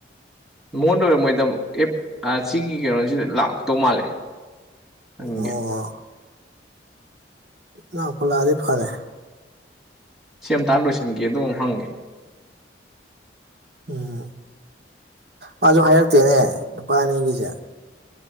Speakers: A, in the centre; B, on the right.
A: ꯃꯉꯣꯟꯗ ꯑꯣꯏꯔꯝ ꯃꯣꯏꯗ ꯑꯦꯞ ꯁꯤꯒꯤ ꯀꯩꯅꯣꯁꯤꯗ ꯂꯥꯛꯇꯧ ꯃꯥꯜꯂꯦ꯫ ꯍꯪꯒꯦ
B: ꯑꯣ ꯂꯥꯛꯄꯨ ꯂꯥꯛꯑꯗꯤ ꯐꯔꯦ꯫
A: ꯁꯦꯝ ꯑꯝꯇ ꯍꯥꯟꯅ ꯂꯣꯏꯁꯤꯟꯒꯦ ꯑꯗꯨꯒ ꯍꯪꯒꯦ꯫
B: ꯎꯝ ꯃꯥꯁꯨ ꯍꯥꯏꯔꯛꯇꯦꯅꯦ ꯅꯨꯨꯄꯥ ꯑꯅꯤꯒꯤꯁꯦ꯫